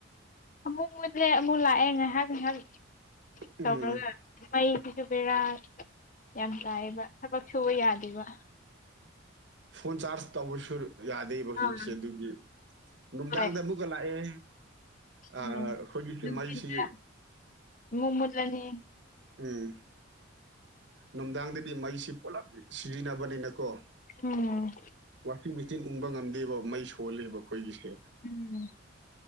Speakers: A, on the left; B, on the right.
A: ꯑꯃꯨꯛ ꯃꯨꯠꯂꯦ ꯑꯃꯨꯛ ꯂꯥꯛꯑꯦ ꯉꯥꯏꯍꯥꯛ ꯉꯥꯏꯍꯥꯛ
B: ꯎꯝ
A: ꯇꯧꯔꯒ ꯃꯩꯁꯤꯁꯨ ꯕꯦꯔꯥ ꯌꯥꯝ ꯇꯥꯏꯌꯦꯕ ꯊꯕꯛ ꯁꯨꯕ ꯌꯥꯗꯦꯕ
B: ꯐꯣꯟ ꯆꯥꯔꯖ ꯇꯧꯕꯁꯨ ꯌꯥꯗꯦꯕ ꯍꯧꯖꯤꯛꯁꯦ
A: ꯑꯥ
B: ꯑꯗꯨꯒꯤ ꯅꯨꯡꯗꯥꯡꯗ
A: ꯍꯣꯏ
B: ꯑꯃꯨꯛꯀ ꯂꯥꯛꯑꯦ ꯑ
A: ꯎꯝ
B: ꯑꯩꯈꯣꯏꯒꯤ
A: ꯅꯨꯡꯊꯤꯟꯗ
B: ꯃꯩꯁꯤ
A: ꯑꯃꯨꯛ ꯃꯨꯠꯂꯅꯤ
B: ꯎꯝ ꯅꯨꯡꯗꯥꯡꯗꯗꯤ ꯃꯩꯁꯤ ꯄꯨꯂꯞ ꯁꯤꯖꯤꯟꯅꯕꯅꯤꯅꯀꯣ
A: ꯎꯝ
B: ꯋꯥꯁꯤꯡ ꯃꯦꯆꯤꯟ ꯎꯪꯕ ꯉꯝꯗꯦꯕ ꯃꯩ ꯁꯣꯜꯂꯦꯕ ꯑꯩꯈꯣꯏꯒꯤꯁꯦ
A: ꯎꯝ